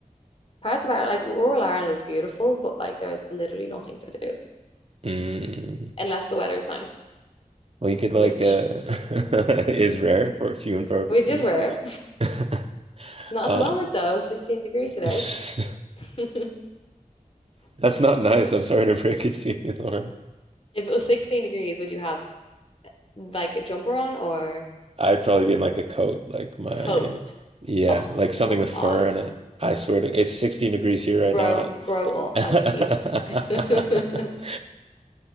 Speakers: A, on the left; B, on the right.
A: Parts of Ireland, like rural Ireland is beautiful, but like there's literally nothing to do
B: Mm.
A: unless the weather's nice,
B: Well, you could like
A: which
B: uh <laughs> is rare for few and far between.
A: which is rare.
B: <laughs>
A: <laughs> Not
B: Uh
A: at the moment though, 16 degrees
B: <laughs>
A: today.
B: that's
A: <laughs>
B: not nice. I'm sorry to break it to you, <laughs> Lauren.
A: If it was 16 degrees, would you have like a jumper on or
B: I'd probably be in like a coat, like my
A: a coat?
B: yeah,
A: Oh,
B: like something
A: come
B: with fur
A: on.
B: in it. I swear to it's 16 degrees here right
A: Grow
B: now.
A: grow up.
B: <laughs>
A: I think you need- <laughs>